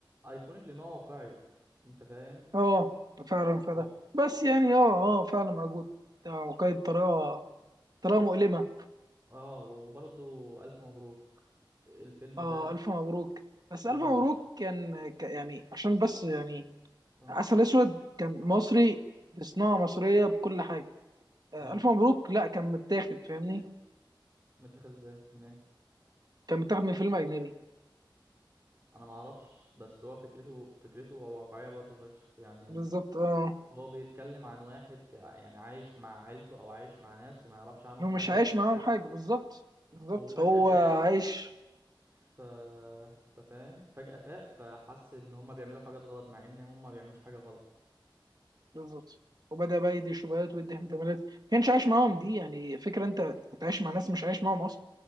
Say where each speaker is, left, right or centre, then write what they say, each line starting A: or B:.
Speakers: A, on the right; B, on the right.
A: ايكونيك لان هو واقعي انت فاهم
B: اه فعلا فعلا
A: و...
B: بس يعني اه اه فعلا موجود ده وقايد طريقه طريقه مؤلمه
A: اه وبرضه الف مبروك الفيلم
B: اه
A: ده
B: الف مبروك بس الف
A: جامد
B: مبروك
A: فشخ
B: كان ك- يعني عشان بس يعني
A: اه
B: عسل اسود كان مصري بصناعه مصريه بكل حاجه آه
A: تمام
B: الف مبروك لا كان متاخد فاهمني
A: متاخد ازاي من ايه
B: كان متاخد من فيلم اجنبي
A: انا ما اعرفش بس هو فكرته فكرته واقعيه برضو فشخ يعني
B: بالظبط اه
A: هو بيتكلم عن واحد ك... يعني عايش مع عيلته او عايش مع ناس وما يعرفش عنهم
B: هو
A: حاجه
B: مش عايش
A: وفجاه
B: معاهم حاجه بالظبط بالظبط
A: وفجاه
B: هو
A: فاق
B: عايش
A: ف انت فاهم فجاه فاق فحس ان هما بيعملوا حاجات غلط مع ان هما ما بيعملوش حاجه غلط
B: بالظبط وبدا بقى يدي شبهات ويدي احتمالات ما كانش عايش معاهم دي يعني فكره انت انت عايش مع ناس مش عايش معاهم اصلا